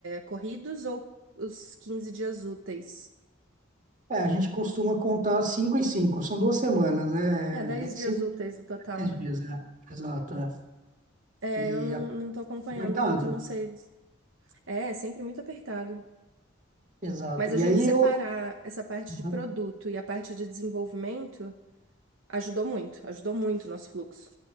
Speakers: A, on the right (about 75°); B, on the right (about 40°).
A: corridos ou os 15 dias úteis.
B: É, a gente costuma contar cinco e cinco, são duas semanas, né?
A: É, 10
B: É, De-
A: dias
B: Cinco,
A: úteis no total,
B: dez
A: né?
B: dias, né? Exato, é.
A: É,
B: E
A: eu não,
B: a-
A: não tô acompanhando
B: apertado,
A: muito, eu não sei. É, é sempre muito apertado.
B: exato.
A: Mas a
B: E
A: gente
B: aí
A: separar
B: eu.
A: essa parte
B: Uhum.
A: de produto e a parte de desenvolvimento. Ajudou muito, ajudou muito o nosso fluxo.